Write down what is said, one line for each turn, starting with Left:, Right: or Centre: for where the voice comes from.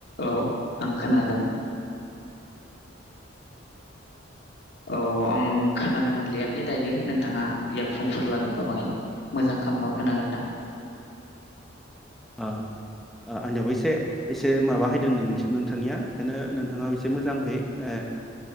Left: औ आं खोनादों। औ आं खोनानो मोनलियाखै दायो नोंथाङा इयारफनफोर लादोंबा बाहाय मोजां खामबा खोनागोनदां।
Centre: ओ ओ आंनिआवबो एसे। एसे माबा हायदों नोंथिं। नोंथांनिया इखायनो नोंथाङा एसे मोजांहै ए